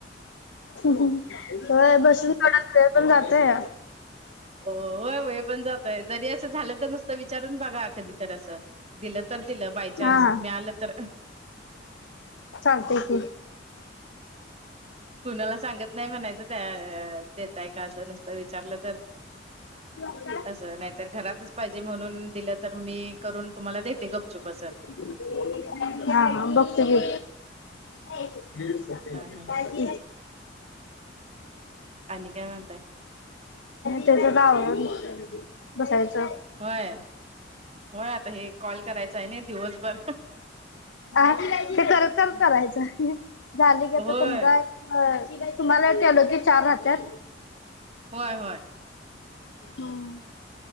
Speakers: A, on the left; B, on the right.
A: <unintelligible> <inaudible> ह बसून थोड पण जातय
B: हो होय हो हे पण जातय जरी असं झालं तर नुसतं विचारून बघा कधी तर असं दिलं तर दिलं बाय चान्स
A: हा
B: मी आलं तर
A: चालते क
B: कुणाला सांगत नाही म्हणायचं त्या देेतय का असं नसतं विचारलं तर
A: हो
B: असं नाहीतर घरातच पाहिजे म्हणून दिलं तर मी करून तुम्हाला देते गपचुप असं
A: हा हा बघते ब हा काय
B: ह
A: माहीत
B: ह आणि काय म्हणताय
A: त्यांच <inaudible> बसायचं
B: होय होय आता हे कॉल करायचा आहे ना दिवसभर
A: अ ते करत करायच झाली की
B: होय
A: आता तुमचा तुम्हांला <inaudible> चार राहत्यात
B: होय होय
A: हम्म